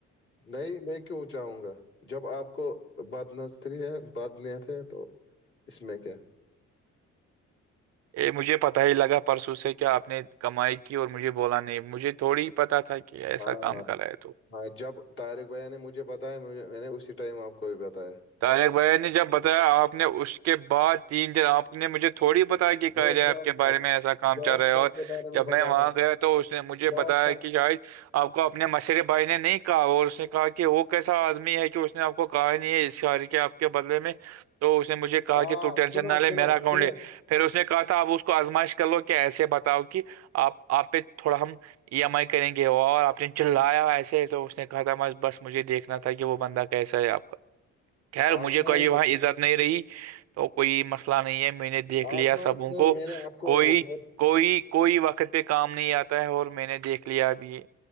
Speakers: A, on the left; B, on the right.
A: نہیں میں کیوں چاہوں گا جب آپ کو بد نظری ہے بدنیت ہے تو اس میں کیا
B: ا مجھے پتہ ہی لگا پرسوں سے کیا آپ نے کمائی کی اور مجھے بولا نہیں مجھے تھوڑی ہی پتہ تھا کہ ایسا
A: ہاں
B: کام کر رہا ہے تو
A: ہاں جب طارق بھیا نے مجھے بتایا میں نے اسی ٹائم آپ کو بھی بتایا
B: طارق بین نے جب بتایا آپ نے اس کے بعد تین دن آپ کو نے مجھے تھوڑی بتاائی کہ کہ
A: وہ
B: جائے
A: جاب
B: آپ کے
A: ٹاک
B: بارے میں ایسا کام
A: جاب
B: چل رہا ہے
A: ٹاک
B: اور
A: کے بارے
B: جب میں
A: بتا
B: وہاں
A: رہا ہوں
B: گیا تو اس نے مجھے
A: جاب
B: بتایا
A: تک
B: کہ شاید آپ کو اپنے مشر بھائی نے نہیں کہا اور اس نے کہا کہ وہ کیسا آدمی ہے کہ اس نے آپ کو کہا نہیں ہے شاری کیا آپ کے بدلے میں تو اس نے مجھے کہا
A: ہاں
B: کہ ت ٹینشن
A: سنو
B: نہ لے
A: سنو
B: میرا اکاؤنٹ
A: سنو
B: لے پھر اس نے کہا تھا آپ اس کو ازمائش کر لو کہ ایسے بتاؤ کہ آپ آپ پہ تھوڑا ہم ای ایم آئی کریں گے وہ اور آپ نے چلایا ایسے تو اس نے کہا تھا بس بس مجھے دیکھنا تھا کہ وہ بندہ کیسا ہے آپ کا خیر
A: آزمائش
B: مجھے کوئی وہاں عزت نہیں رہی تو کوئی مسئلہ نہیں ہے میں نے دیکھ
A: آزمائش
B: لیا سبوں
A: نے
B: کو
A: میرے آپ کو
B: کوئی
A: وہ بہت
B: کوئی کوئی وقت پہ کام نہیں آتا ہے اور میں نے دیکھ لیا اب یہ